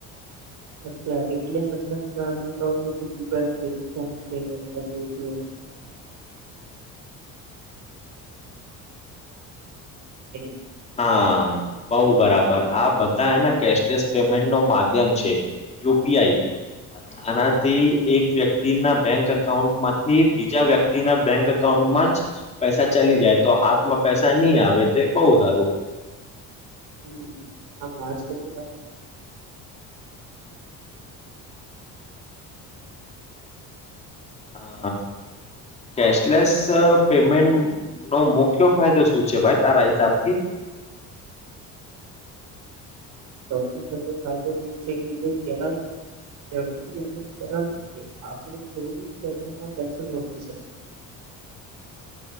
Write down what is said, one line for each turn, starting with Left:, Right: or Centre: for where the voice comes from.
Right: અચ્છા એટલે મતલબ અમને કહ છું કે ગૂગલ છે ફોન છે અને પેટીએમ <unintelligible>
Left: હા બઉ બરાબર આ બધા એના કેશલેસ પેમેન્ટ નો માધ્યમ છે. યુ પી આઈ આનાથી એક વ્યક્તિ ના બેંક અકાઉન્ટ માંથી બીજા વ્યક્તિના બેંક અકાઉ જ પૈસા ચાલી જાય તો હાથમાં પૈસા નહી આવે તે બહુ સારું
Right: હમ્મ હા આજ કાલ <unintelligible>
Left: હા કેશલેસ પેમેન્ટનો મુખ્ય ફાયદો શું છે ભાઈ તારા હિસાબથી
Right: <unintelligible> થી ફાયદો એ છે કે તે જ ઝડકી અને સરળ રીતે આપણે થોડી સે મોકલી શકી.